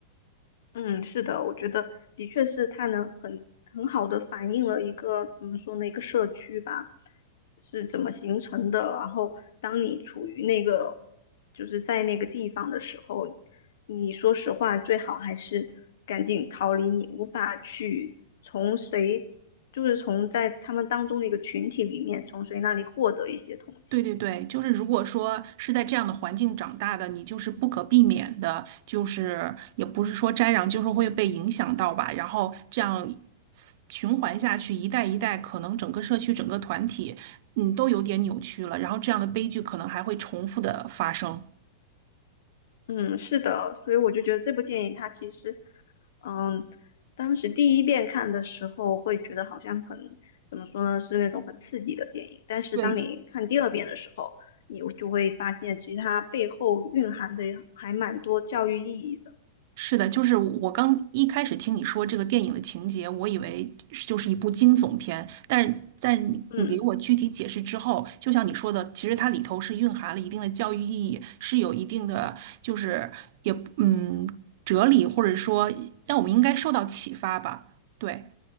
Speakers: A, on the left; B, on the right.
A: 嗯，是的，我觉得的确是它能很很好的反映了一个怎么说呢，一个社区吧，是怎么形成的。然后，当你处于那个就是在那个地方的时候，你说实话，最好还是赶紧逃离你无法去从谁，就是从在他们当中的一个群体里面，从谁那里获得一些同情。
B: 对对对，就是如果说是在这样的环境长大的，你就是不可避免的，就是也不是说沾染，就是会被影响到吧。然后这样循环下去，一代一代，可能整个社区、整个团体，嗯，都有点扭曲了。然后这样的悲剧可能还会重复的发生。
A: 嗯，是的，所以我就觉得这部电影它其实嗯，当时第一遍看的时候会觉得好像很，怎么说呢，是那种很刺激的电影。但是当你看第二遍的时候，
B: 对，
A: 你就会发现其实它背后蕴含的还蛮多教育意义的。
B: 是的，就是我刚一开始听你说这个电影的情节，我以为是就是一部惊悚片，但是在你你给我具体解释之后，
A: 嗯
B: 就像你说的，其实它里头是蕴含了一定的教育意义，是有一定的就是也嗯哲理，或者说让我们应该受到启发吧。对